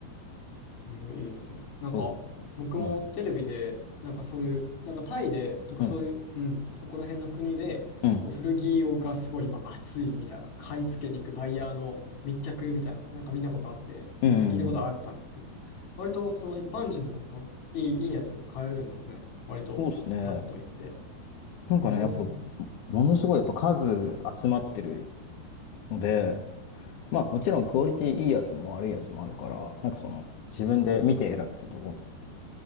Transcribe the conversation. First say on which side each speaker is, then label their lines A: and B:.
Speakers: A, on the left (about 50°); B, on the left (about 65°).
A: ーんいいですね。なんか、
B: そ
A: 僕もテレビで、
B: う。うん。
A: なんかそういう、なんかタイでとかそういう、
B: うん。
A: うん、そこら辺の国で、
B: うん。
A: こう古着をがすごい今熱いみたいな、買い付けに行くバイヤーの密着みたいな、なんか見たことあって、
B: うん。
A: なんか聞いたことあったんですけど、割とその一般人のこういい、いいやつが買えるんですね。割と、
B: そうですね。
A: フラッと行って。
B: なんかね、
A: えー、
B: やっぱ、ものすごいやっぱ数集まってるので、まあもちろんクオリティいいやつも悪いやつもあるから、なんかその自分で見て選ぶけど、